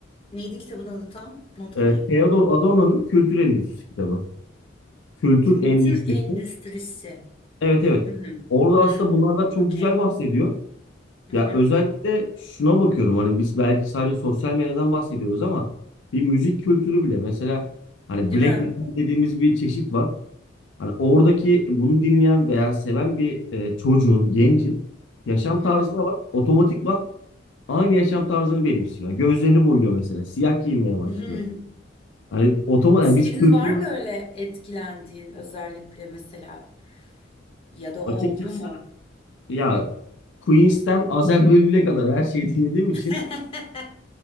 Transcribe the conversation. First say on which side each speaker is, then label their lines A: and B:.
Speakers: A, on the left; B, on the left.
A: neydi kitabın adı tam? Not
B: e,
A: alayım
B: Theodor
A: ben.
B: Adorno'nun Kültür Endüstrisi kitabı. Kültür
A: Kültür
B: Endüstrisi.
A: endüstrisi.
B: Evet evet.
A: Hı hı.
B: Orada
A: Hı.
B: aslında bunlardan çok
A: Okey.
B: güzel bahsediyor.
A: Hı
B: Ya
A: hı.
B: özellikle şuna bakıyorum hani biz belki sadece sosyal medyadan bahsediyoruz ama bir müzik kültürü bile mesela hani
A: Değil
B: black
A: mi?
B: metal dediğimiz bir çeşit var. Hani oradaki bunu dinleyen veya seven bir e, çocuğun, gencin yaşam
A: Hı hı.
B: tarzına bak otomatikman aynı yaşam tarzını benimsiyor. Gözlerini boyuyor mesela. Siyah giyinmeye başlıyor.
A: <laughs> Hı hı.
B: Hani otomatik
A: Senin
B: yani biz kültürel
A: var mı öyle etkilendiğin özellikle mesela ya da
B: açıkçası
A: oldu mu?
B: ya Queens'ten Azer Bülbül'e kadar her şeyi dinlediğim için
A: <laughs>